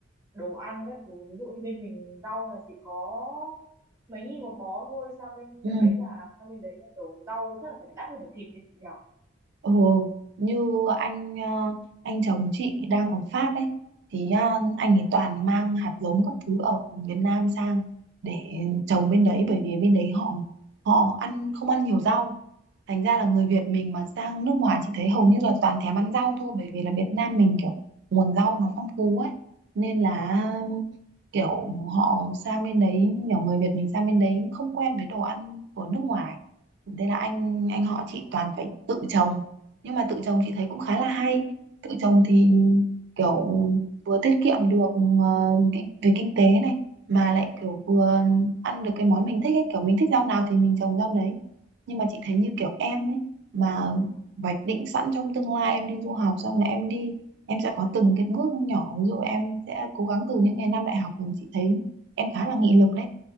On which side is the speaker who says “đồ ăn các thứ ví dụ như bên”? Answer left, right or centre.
Right